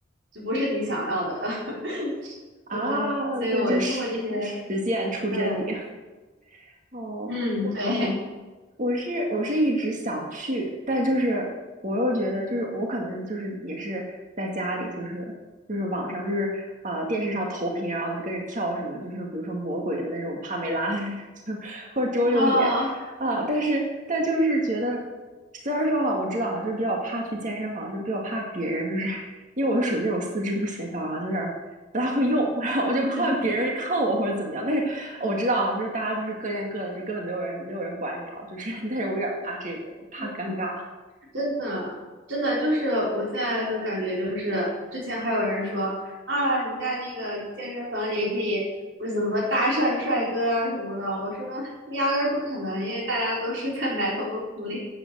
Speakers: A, on the right; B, on the right.
A: 就不是你想要的，<laughs>
B: 啊，
A: 就是，所以我通过这些，
B: 对，这实实践出真理。
A: 对，
B: <laughs> 哦，
A: 嗯，
B: 我。
A: 对，
B: 我是我是一直想去，但就是我又觉得，就是我可能就是也是在家里，就是就是网上就是呃电视上投屏，然后就跟着跳什么，就是比如说魔鬼的那种帕梅拉，<laughs> 就或者周六野
A: 哦，
B: 啊、但是但就是觉得，虽然说哈，我知道哈，就是比较怕去健身房，就比较怕别人，就是因为我是属于那种四肢不协调，然后就有点儿不大会用，<laughs> 然后我就怕别人看我或者怎么样，
A: 嗯
B: 但是我知道啊，就是大家就是各练各的，就根本没有人没有人管你啊。就是，<laughs> 但是我有点怕这个，就怕尴尬。
A: 嗯。真的，真的就是我现在就感觉就是，之前还有人说啊，你在那个健身房里可以不是什么搭讪帅哥啊什么的，我说压根儿不可能，因为大家都是在埋头苦练，